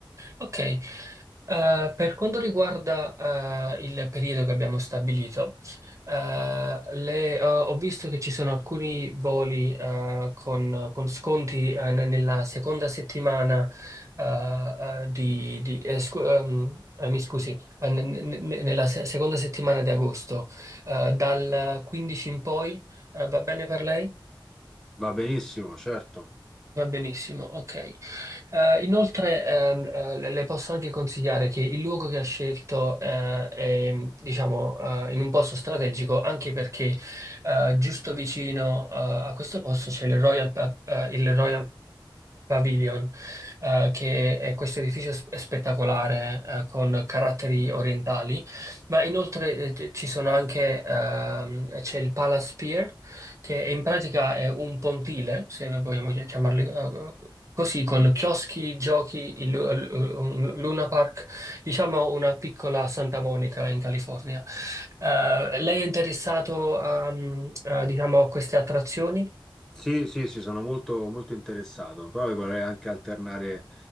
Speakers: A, on the right (about 35°); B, in the centre.
A: Ok, Eh, per quanto riguarda eh, il periodo che abbiamo stabilito, eh, le- eh, ho visto che ci sono alcuni voli eh, con, con sconti eh, n- nella seconda settimana eh, eh, di, di- eh, scu- ehm, eh, mi scusi, eh, n- n- n- nella se- seconda settimana di agosto, eh, dal 15 in poi, eh, va bene per lei?
B: Va benissimo, certo.
A: Va benissimo, ok. Eh, inoltre ehm, eh, le le posso anche consigliare che il luogo che ha scelto eh, è, diciamo, eh, in un posto strategico, anche perché eh, giusto vicino eh, a questo posto c'è il Royal, Pa- eh, il Royal Pavilion, eh, che è questo edificio s- spettacolare, eh, con caratteri orientali, ma inoltre eh, c- ci sono anche, ehm, c'è il Palace Pier, che in pratica è un pontile, se vogliamo chi- chiamarli, eh, così, con chioschi, giochi, il, lu- l- un Luna Park, diciamo una piccola Santa Monica in California. Eh, lei è interessato a, mm, a, diciamo, a queste attrazioni?
B: Sì, sì, sì, sono molto, molto interessato. Poi vorrei anche alternare